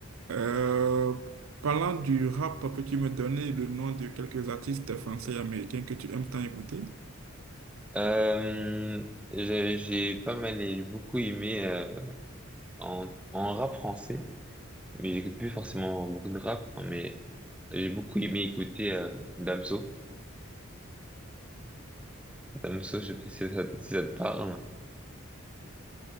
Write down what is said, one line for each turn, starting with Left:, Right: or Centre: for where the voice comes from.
Right: Euh, parlant du rap, peux-tu me donner le nom de quelques artistes français et américains que tu aimes tant écouter?
Centre: Euh, j'ai j'ai pas mal, et j'ai beaucoup aimé euh, en, en rap français, mais j'écoute plus forcément beaucoup de rap, hein, mais j'ai beaucoup aimé écouter euh, Damso. Damso, je sais pas si ça, si ça te parle.